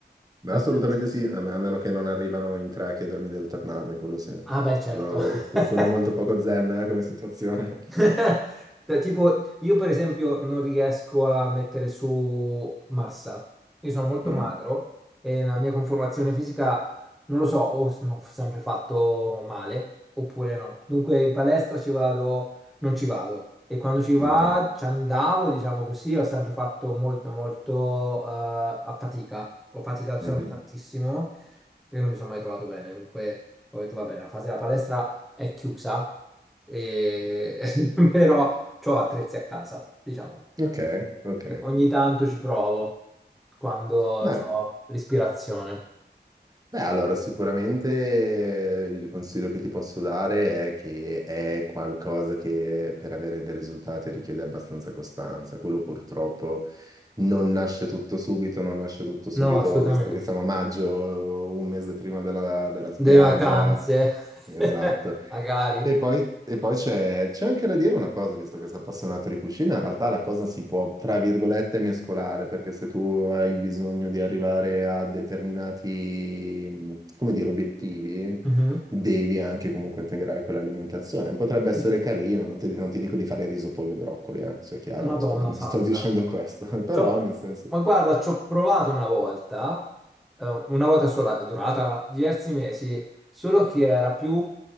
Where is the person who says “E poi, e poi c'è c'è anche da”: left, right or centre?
Right